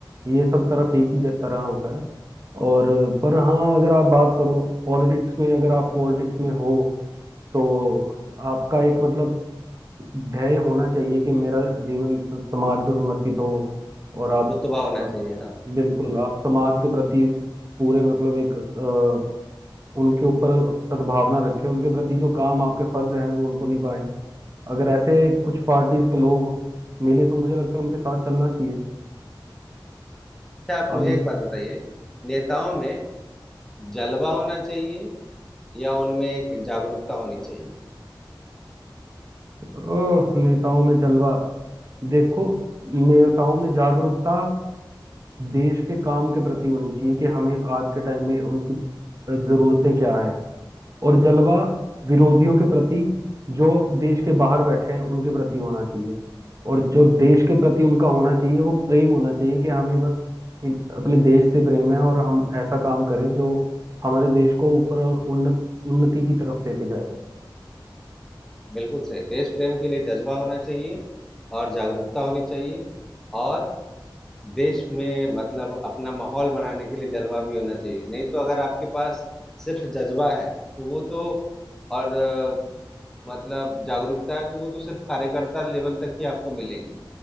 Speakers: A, on the right; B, in the centre.
A: ये सब तरफ एक ही ज- तरह होता है और पर हाँ अगर आप बात करो पॉलिटिक्स में अगर आप पॉलिटिक्स में हो तो आपका एक मतलब ध्येय होना चाहिए कि मेरा जीवन स- समाज को समर्पित हो और आप
B: रुतबा होना
A: अ,
B: चाहिए हाँ
A: बिल्कुल
B: <laughs>
A: आप समाज के प्रति पूरे मतलब एक अ, उनके ऊपर सद्भावना रखें उनके प्रति जो काम आपके फर्ज हैं वो उनको निभाएं अगर ऐसे कुछ पार्टीज के लोग मिले तो मुझे लगता है उनके साथ चलना चाहिए
B: अच्छा आप
A: अभी
B: मुझे एक बात बताइए नेताओं में जलवा होना चाहिए या उनमें एक जागरूकता होनी चाहिए
A: अ, नेताओं में जलवा देखो नेताओं में जागरूकता देश के काम के प्रति होनी चाहिए कि हमें आज के टाइम में उनकी जरूरतें क्या हैं और जलवा विरोधियों के प्रति जो देश के बाहर बैठे हैं उनके प्रति होना चाहिए और जो देश के प्रति उनका होना चाहिए वो प्रेम होना चाहिए कि हमें बस इन- अपने देश से प्रेम है और हम ऐसा काम करें जो हमारे देश को ऊपर और उन्नत उन्नति की तरफ लेके जाए
B: बिल्कुल सही देश प्रेम के लिए जज्बा होना चाहिए और जागरूकता होनी चाहिए और देश में मतलब अपना माहौल बनाने के लिए जलवा भी होना चाहिए नहीं तो अगर आपके पास सिर्फ जज्बा है तो वो तो और अ, मतलब जागरूकता है तो वो तो सिर्फ कार्यकर्ता लेवल तक ही आपको मिलेगी